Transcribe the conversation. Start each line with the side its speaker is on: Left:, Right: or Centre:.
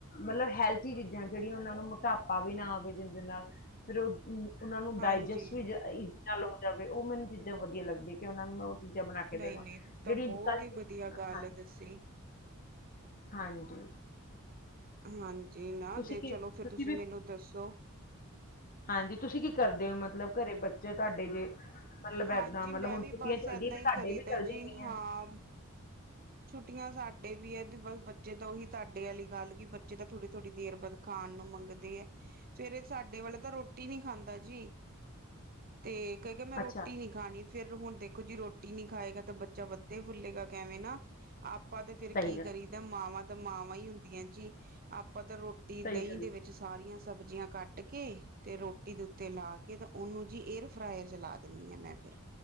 Left: ਮਤਲਬ ਹੈਲਥੀ ਚੀਜ਼ਾਂ, ਜਿਹੜੀਆਂ ਉਹਨਾਂ ਨੂੰ ਮੋਟਾਪਾ ਵੀ ਨਾ ਆਵੇ ਜਿਹਦੇ ਨਾਲ, ਫਿਰ ਉਹ ਉਹਨਾਂ ਨੂੰ ਡਾਇਜੈਸਟ
Right: ਹਾਂਜੀ
Left: ਵੀ ਈਜੀਂ ਨਾਲ ਹੋ ਜਾਵੇ, ਉਹ ਮੈਨੂੰ ਚੀਜ਼ਾਂ ਵਧੀਆ ਲੱਗਦੀਆਂ, ਕਿ ਉਹਨਾਂ ਨੂੰ ਮੈਂ ਓ ਚੀਜ਼ਾਂ ਬਣਾਕੇ ਦੇਵਾਂ,
Right: ਨਹੀਂ ਨਹੀਂ ਤੁਸੀਂ ਤਾਂ
Left: ਜਿਹੜੀ ਅੱਜ-ਕੱਲ
Right: ਬਹੁਤ
Left: 'ਚ,
Right: ਹੀ ਵਧੀਆ
Left: ਹ,
Right: ਗੱਲ
Left: ਹਾਂ
Right: ਹੈ ਦੱਸੀ
Left: ਹਾਂਜੀ।
Right: ਹਾਂਜੀ, ਨਾ
Left: ਤੁਸੀਂ
Right: ਤੇ
Left: ਕੀ
Right: ਚਲੋ ਫਿਰ, ਤੁਸੀਂ
Left: ਵੀ
Right: ਮੈਨੂੰ ਦੱਸੋ?
Left: ਹਾਂਜੀ, ਤੁਸੀਂ ਕੀ ਕਰਦੇ ਓ ਮਤਲਬ ਘਰੇ ਬੈਠੇ? ਚੇ ਤੁਹਾਡੇ ਜੇ, ਮਤਲਬ
Right: ਹਾਂਜੀ
Left: ਏਦਾਂ ਮਤਲਬ
Right: ਮੈਂ
Left: ਹੁਣ
Right: ਵੀ
Left: ਛੁੱਟੀਆਂ
Right: ਬਸ
Left: ਚੱਲਦੀਆਂ
Right: ਏਦਾਂ
Left: ਪ
Right: ਹੀ
Left: ਤੁਹਾਡੇ
Right: ਕਰੀਦਾ
Left: ਵੀ ਚਲਦੀਆਂ
Right: ਜੀ
Left: ਪਈਆਂ।
Right: ਹਾਂ ਛੁੱਟੀਆਂ ਸਾਡੇ ਵੀ ਐ ਤੇ ਬਸ, ਬੱਚੇ ਤਾਂ ਉਹੀ ਤੁਹਾਡੇ ਵਾਲੀ ਗੱਲ, ਕਿ ਬੱਚੇ ਤਾਂ ਥੋੜੀ-ਥੋੜੀ ਦੇਰ ਬਾਅਦ ਖਾਣ ਨੂੰ ਮੰਗਦੇ ਐ, ਸਵੇਰੇ ਸਾਡੇ ਵਾਲੇ ਤਾਂ ਰ੍ਹੋਟੀ ਨੀਂ ਖਾਂਦਾ ਜੀ। ਤੇ, ਕਹਿਗਾ, ਮੈਂ ਰੋਟੀ
Left: ਅੱਛਾ
Right: ਨੀ ਖਾਣੀ ਫਿਰ ਹੁਣ ਦੇਖੋ ਜੀ, ਰੋਟੀ ਨੀ ਖਾਇਗਾ, ਤਾਂ ਬੱਚਾ ਵੱਧੇ-ਫੁੱਲੇਗਾ ਕੈਂਵੇਂ ਨਾ, ਆਪ ਆਪਾਂ ਤੇ ਫੇਰ
Left: ਸਹੀ
Right: ਕੀ
Left: ਗੱਲ
Right: ਕਰੀਦਾ, ਮਾਵਾਂ ਤੇ ਮਾਵਾਂ ਹੀ ਹੁੰਦੀਆਂ ਜੀ, ਆਪਾਂ ਤਾਂ ਰੋਟੀ
Left: ਸਹੀ
Right: ਦਹੀਂ
Left: ਗੱਲ
Right: ਦੇ ਵਿੱਚ ਵਿੱਚ ਸਾਰੀਆਂ ਸਬਜ਼ੀਆਂ ਕੱਟਕੇ ਤੇ ਰ੍ਹੋਟੀ ਦੇ ਉੱਤੇ ਲਾਕੇ, ਤੇ ਉਹਨੂੰ ਜੀ ਏਅਰ ਫ੍ਰਾਇਰ ਚਲਾ ਦਿੰਨੀ ਆਂ, ਮੈਂ ਫਿਰ।